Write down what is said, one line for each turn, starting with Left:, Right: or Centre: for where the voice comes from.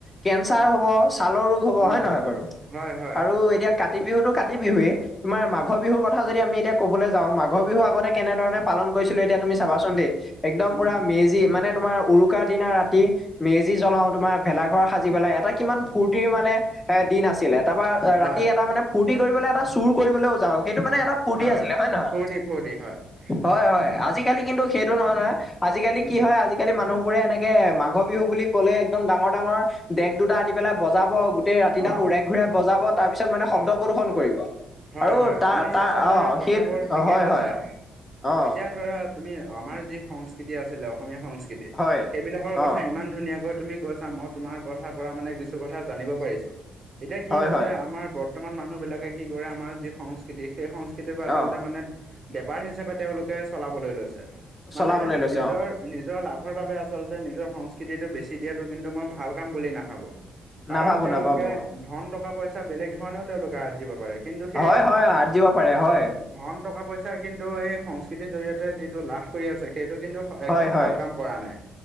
Left: কেঞ্চাৰ হ'ব, ছালৰ ৰোগ, হ'ব
Right: উম
Left: হয় নহয় বাৰু?
Right: হয় হয়
Left: আৰু এতিয়া কাতি বিহুটো কাতি বিহুৱেই তোমাৰ মাঘৰ বিহুৰ কথা যদি আমি এতিয়া কবলে যাওঁ মাঘৰ বিহু আগতে কেনেধৰণে পালন কৰিছিলো এতিয়া তুমি চাবাচোন দেই একদম
Right: উম
Left: পোৰা মেজি মানে তোমাৰ উৰুকাৰ দিনা ৰাতি মেজি জ্বলাও তোমাৰ, ভেলাঘৰ সাজি পেলাই এটা কিমান ফূৰ্তিৰ মানে এ দিন আছিলে। তাৰপৰা
Right: হয়
Left: ৰাতি এটা মানে ফূৰ্তি কৰিবলে এটা চুৰ কৰিবলৈও যাওঁ, সেইটো মানে এটা ফূৰ্তি
Right: হয়,
Left: আছিলে নহয়
Right: ফূৰ্তি ফূৰ্তি, হয়।
Left: হয়, হয় আজিকালি কিন্তু সেইটো নহয়, নহয় আজিকালি
Right: উম
Left: কি হয় আজিকালি মানুহবোৰে এনেকে মাঘৰ বিহু বুলি ক'লে একদম ডাঙৰ, ডাঙৰ ডেগ দুটা আনি পেলাই বজাব গোটেই ৰাতিডাল
Right: অ
Left: উৰাই ঘূৰাই বজাব তাৰপিছত মানে
Right: হয়
Left: শব্দ প্ৰদূষন কৰিব।
Right: হয়
Left: আৰু
Right: হয়
Left: তাৰ,
Right: তুমি
Left: তাৰ
Right: আচলতে
Left: অ,
Right: কথাবোৰ
Left: সেই অ,
Right: ঠিকেই
Left: হয়
Right: কৈছা
Left: হয়, অ।
Right: এতিয়া ধৰা তুমি আমাৰ যি সংস্কৃতি আছিলে অসমীয়া সংস্ক স্কৃতি
Left: হয়
Right: সেইবিলাকৰ কথা
Left: অ
Right: ইমান ধুনীয়াকৈ তুমি কৈছা মই তোমাৰ কথাৰ পৰা মানে কিছু কিছু কথা জানিব পাৰিছো, এতিয়া কি
Left: হয়
Right: হৈছে
Left: হয়
Right: আমাৰ বৰ্তমান মানুহবিলাকে কি কৰে আমাৰ যি সংস্কৃতি সেই সংস্কৃতিক আচলতে
Left: অ
Right: মানে বেপাৰ হিচাপে তেওঁলোকে চলাবলৈ লৈছে,
Left: চলাবলৈ
Right: মানে
Left: লৈছে
Right: নিজৰ
Left: অ
Right: নিজৰ লাভৰ বাবে আচলতে নিজৰ সংস্কৃতিটো বেছি দিয়াতটো কিন্তু মই ভাল কাম বুলি নাভাবো। কাৰণ
Left: নাভাবো
Right: তেওঁলোকে
Left: নাভাবো অ
Right: ধন টকা পইচা বেলেগ ধৰণেও তেওঁলোকে আজিব পাৰে। কিন্তু সেই
Left: হয় হয় আঠ দিব পাৰে হয়
Right: ধন ধন টকা পইচা কিন্তু এই সংস্কৃতিৰ জৰিয়তে যিটো লাভ কৰি আছে, সেইটো কিন্তু একদম
Left: হয় হয়
Right: ভাল কাম কৰা নাই,